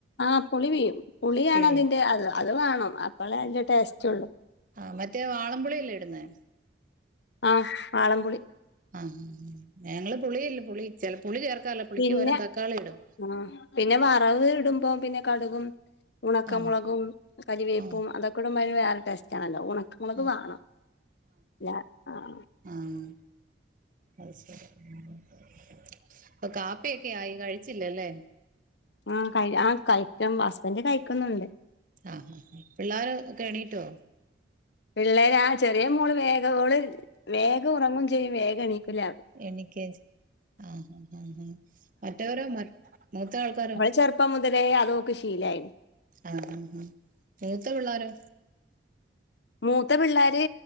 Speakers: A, on the left; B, on the right.
A: ആഹ് പുളി പീയും പുളിയാണ്
B: പിഴിയും
A: അതിന്റെ അദ അത് വാണം അപ്പളേ അതിന്റെ ടേസ്റ്റ്ഒള്ളു.
B: ആഹ് മറ്റേ വാളംപുളില്ലേ ഇടുന്നേ?
A: ആഹ് വാളംപുളി.
B: ഹ ഹ്, ഹ് ഞങ്ങള് പുളിയല്ല പുളി ചെല പുളി ചേർക്കാറില്ലപുള്ളിക്ക്
A: പിന്നെ
B: പകരം തക്കാളിഇടും.
A: ആഹ് പിന്നെ വറവ് ഇടുമ്പോ പിന്നെ കടുകും ഉണക്ക
B: ആ
A: മൊളകും കരിവേപ്പും
B: ആ
A: അതൊക്കെ ഇടുമ്പോ അയ്ന് വേറെ ടേസ്റ്റാണല്ലോ ഉണ ക്കമുളക്
B: ആ
A: വാണം ല ആഹ്
B: ആഹ് അഹ് സെരി ആഹ് കാപ്പിയൊക്കെ ആയി കഴിച്ചില്ലലേ?
A: ആ കഴ് ആ കൈക്കുപം ഹസ്ബെന്റ് കഴിക്കുന്നുണ്ട്.
B: ആഹ്, ഹ, ഹ ഹ പിള്ളാര് ഒക്കെ എണീറ്റോ?
A: പിള്ളേര് ആ ചെറിയ മോള് വേഗംഓള് വേഗം ഉറങ്ങും ചെയ്യും വേഗം എണീകുല
B: എണീക്കേം ചെയ്യ്ആഹ്, ഹ, ഹ, ഹ മറ്റവരോ മ മൂത്ത ആൾക്കാരോ?
A: ചെറുപ്പംമുതലേ അതോക്ക് ശീലായ്ണ്.
B: ആഹ്, ഹ, ഹ, മൂത്ത പിള്ളാരോ?
A: മൂത്ത പിള്ളേര്